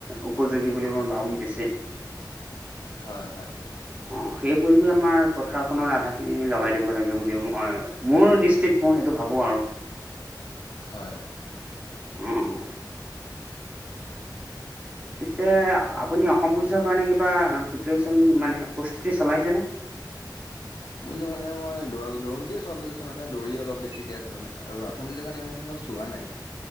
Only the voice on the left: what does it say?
হয় হয়।
হয়।
মই যে মানে মই দৌ দৌ'ৰতে সব হৈ গৈছ দৌৰি অলপ বেছিকে আছো মানে আৰু আমি যোগান ইমানখিনি মই চোৱা নাই,